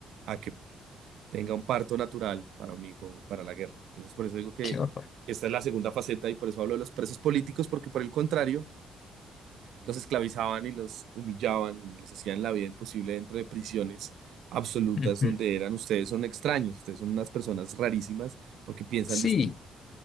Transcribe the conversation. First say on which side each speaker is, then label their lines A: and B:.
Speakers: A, on the right; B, on the left.
A: a que tenga un parto natural para un hijo, para la guerra. Entonces, por eso digo que
B: qué horror.
A: esta es la segunda faceta y por eso hablo de los presos políticos, porque por el contrario, los esclavizaban y los humillaban y les hacían la vida imposible dentro de prisiones absolutas
B: Ujú.
A: donde eran ustedes son extraños, ustedes son unas personas rarísimas porque piensan
B: Sí.
A: distinto.